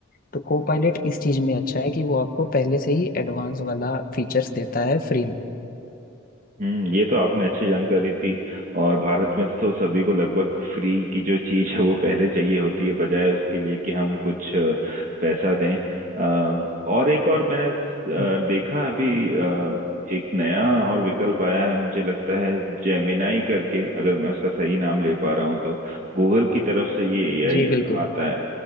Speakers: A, on the left; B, on the right.
A: तो को पायलट इस चीज में अच्छा है कि वो आपको पहले से ही एडवांस वाला फीचर्स देता है फ्री में
B: हम्म ये तो आपने अच्छी जानकारी दी और भारत में तो सभी को लगभग फ्री की जो चीज है वो पहले चाहिए होती है बजाय उसके लिए कि हम कुछ अ, पैसा दें अ, और एक और मैंने अ,
A: <laughs>
B: देखा अभी अ, एक नया और विकल्प आया है मुझे लगता है जेमिनाई करके अगर मैं उसका सही नाम ले पा रहा हूँ तो गूगल की तरफ से ये एआई
A: जी बिल्कुल
B: आता है